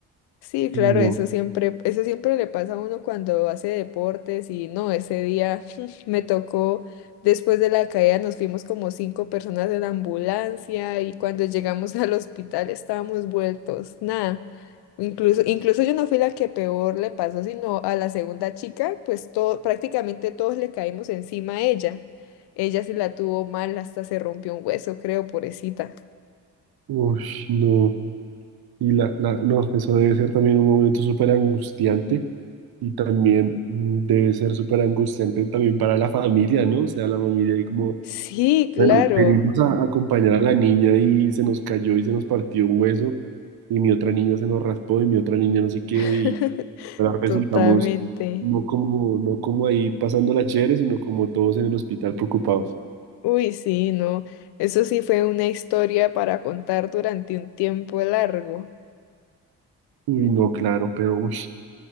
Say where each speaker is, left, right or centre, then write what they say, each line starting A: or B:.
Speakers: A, on the left; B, on the right.
A: Sí, claro,
B: Uy, no.
A: eso siempre, eso siempre le pasa a uno cuando hace deportes y no, ese día <laughs> me tocó, después de la caída nos fuimos como cinco personas de la ambulancia y cuando llegamos <laughs> al hospital estábamos vueltos, nada. Incluso, incluso yo no fui la que peor le pasó, sino a la segunda chica, pues todo, prácticamente todos le caímos encima a ella. Ella sí la tuvo mal, hasta se rompió un hueso, creo, pobrecita.
B: Uy, no. Y la, la, no, eso debe ser también un momento súper angustiante y también mm, debe ser súper angustiante también para la familia, ¿no? O sea, la familia ahí como,
A: Sí, claro.
B: bueno, venimos a acompañar a la niña y se nos cayó y se nos partió un hueso y mi otra niña se nos raspó y mi otra niña no sé qué
A: <laughs>
B: y ahora resultamos
A: Totalmente.
B: no como, no como ahí pasando la chévere, sino como todos en el hospital preocupados.
A: Uy, sí, no. Eso sí fue una historia para contar durante un tiempo largo.
B: Uy, no, claro, pero uy.